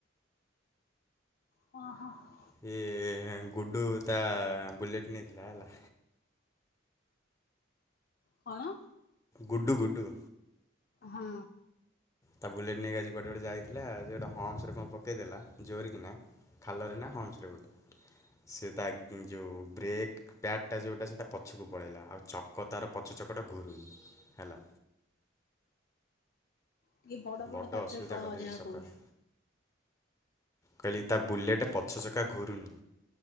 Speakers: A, on the left; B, on the left.
A: ହଁ ହଁ।
B: କିଏ ଗୁଡୁ ତା ବୁଲେଟ୍ ନେଇଥିଲା ହେଲା।
A: କଣ?
B: ଗୁଡୁ ଗୁଡୁ।
A: ହଁ।
B: ତା ବୁଲେଟ୍ ନେଇକି ଆଜି କୁଆଡେ ଗୋଟେ ଯାଇଥିଲା ସିଏ ଗୋଟା ହମ୍ପସରେ କଁ ପକେଇଦେଲା ଜୋରେ କିନା ଖାଲରେ ନା ହମ୍ପସରେ ଗୋଟେ ସିଏ ତା ଗିଁ ଯୋଉ ବ୍ରେକ୍ ପ୍ୟାଡଟା ଯୋଉଟା ସେଇଟା ପଛୁକୁ ପଳେଇଲା ଆଉ ଚକ ତାର ପଛ ଚକଟା ଘୁରୁନି ହେଲା।
A: ଟିକେ ବଡ ବଡ
B: ବଡ଼
A: ପାଟିରେ
B: ଅସୁବିଧା
A: କହ
B: କରିଦେଇଛି
A: ଯାହା
B: ସକାଳେ
A: କହୁଛୁ।
B: କହିଲି ତା ବୁଲେଟ୍ ପଛ ଚକା ଘୁରୁନି।